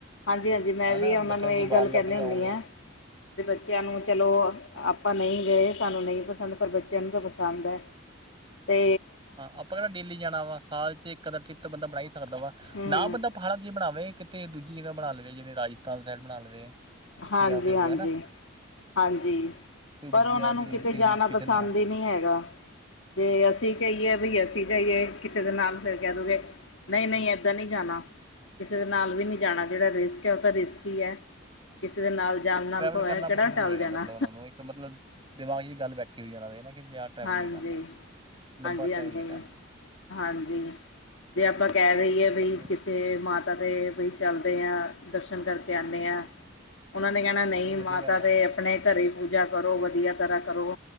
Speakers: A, on the left (about 70°); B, on the right (about 25°).
A: ਹਾਂਜੀ ਹਾਂਜੀ ਮੈਂ
B: ਹਨਾ
A: ਵੀ ਉਹਨਾਂ
B: ਬੱਚਿਆਂ
A: ਨੂੰ
B: ਤੁਸੀਂ
A: ਇਹ
B: ਬਾਹਰ
A: ਗੱਲ
B: ਲੈ
A: ਕਹਿੰਦੀ
B: ਕੇ
A: ਹੁੰਦੀ
B: ਜਾਓਗੇ
A: ਹਾਂ ਤੇ ਬੱਚਿਆਂ ਨੂੰ ਚਲੋ ਆਪਾਂ ਨਹੀਂ ਗਏ ਸਾਨੂੰ ਨਹੀਂ ਪਸੰਦ ਪਰ ਬੱਚਿਆਂ ਨੂੰ ਤਾਂ ਪਸੰਦ ਹੈ ਤੇ
B: ਹਾਂ ਆਪਾਂ ਕਿਹੜਾ ਡੇਲੀ ਜਾਣਾ ਵਾ ਸਾਲ ਚ ਇਕ ਅੱਧਾ ਟ੍ਰਿਪ ਤਾਂ ਬੰਦਾ ਬਣਾ ਹੀ ਸਕਦਾ ਵਾ
A: ਹੂੰ
B: ਨਾ
A: ਹੂੰ
B: ਬੰਦਾ ਪੜਤ ਜ ਬਣਾਵੇ ਕਿਤੇ ਦੂਜੀ ਜਗ੍ਹ ਬਣਾ ਲਵੇ ਜਿਵੇ ਰਾਜਸਥਾਨ ਸਾਈਡ ਬਣਾ ਲਵੇ
A: ਹਾਂਜੀ
B: ਜਾਂ ਫਿਰ
A: ਹਾਂਜੀ
B: ਹਨਾ
A: ਹਾਂਜੀ!
B: ਕੋਈ ਵਧੀਆ
A: ਪਰ ਉਹਨਾਂ
B: ਜਿਹੜੀ
A: ਨੂੰ ਕਿਤੇ
B: ਜਿੱਥੇ
A: ਜਾਣਾ
B: ਹਿਲ ਸਟੇਸ਼ਨ
A: ਪਸੰਦ
B: ਨਾ
A: ਹੀ ਨਹੀਂ ਹੈਗਾ। ਜੇ ਅਸੀਂ ਕਹੀਏ ਬਈ ਅਸੀਂ ਜਾਈਏ। ਕਿਸੇ ਦੇ ਨਾਲ, ਫਿਰ ਕਹਿ ਦੋਗੇ, ਨਹੀਂ- ਨਹੀਂ ਏਦਾਂ ਨਹੀਂ ਜਾਣਾ ਕਿਸੇ ਦੇ ਨਾਲ ਵੀ ਨਹੀਂ। ਜਾਣਾ ਜਿਹੜਾ ਰਿਸਕ ਹੈ, ਉਹ ਤਾਂ ਰਿਸਕ ਹੀ ਹੈ। ਕਿਸੇ ਦੇ ਨਾਲ ਜਾਣ, ਨਾਲ
B: ਟਰੈਵਲ ਕਰਨਾ
A: ਕਿਹੜਾ
B: ਪਸੰਦ ਨਹੀਂ
A: ਟਲ
B: ਹੈਗਾ।
A: ਜਾਣਾ
B: ਮਤਲਬ ਉਹਨਾ ਨੂੰ, ਇੱਕ ਮਤਲਬ ਦਿਮਾਗ ਚ ਗੱਲ ਬੈਠੀ ਹੋਈ ਉਹਨਾਂ ਦੇ। ਨਾ ਕਿ ਟਰੈਵਲ
A: ਹਾਂਜੀ।
B: ਨਹੀਂ ਕਰਨਾ ਲੰਬਾ
A: ਹਾਂਜੀ
B: ਟਰੈਵਲ
A: ਹਾਂਜੀ
B: ਨਹੀਂ ਕਰਨਾ।
A: ਹਾਂਜੀ, ਜੇ ਆਪਾਂ ਕਹਿ ਦਇਏ ਬਈ।
B: ਬਟ
A: ਕਿਸੇ ਮਾ ਮਾਤਾ ਤੇ ਬਈ ਚੱਲਦੇ ਆ, ਦਰਸ਼ਨ ਕਰਕੇ ਆਉਂਦੇ ਹਾ। ਉਹਨਾਂ ਨੇ ਕਹਿਣਾ, ਨਹੀਂ
B: ਵਧੀਆ
A: ਮਾਤਾ
B: ਗੱਲ ਆ
A: ਤੇ ਆਪਣੇ ਘਰੇ ਪੂਜਾ ਕਰੋ, ਵਧੀਆ ਤਰ੍ਹਾਂ ਕਰੋ।